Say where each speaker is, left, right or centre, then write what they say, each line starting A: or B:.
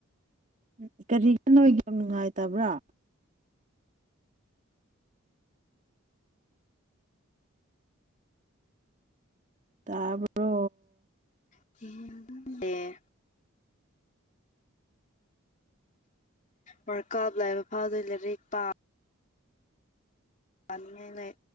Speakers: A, on the right; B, on the left.
A: ꯎꯝ ꯀꯔꯤ <unintelligible> ꯅꯨꯡꯉꯥꯏꯇꯕ꯭ꯔꯥ ꯇꯥꯕ꯭ꯔꯣ
B: <unintelligible> ꯑꯦ ꯋꯥꯔꯜꯀꯞ ꯂꯣꯏꯕ ꯐꯥꯎꯗꯤ ꯂꯥꯏꯔꯤꯛ ꯄꯥ ꯄꯥꯅꯤꯡꯉꯥꯏ ‌ꯂꯩ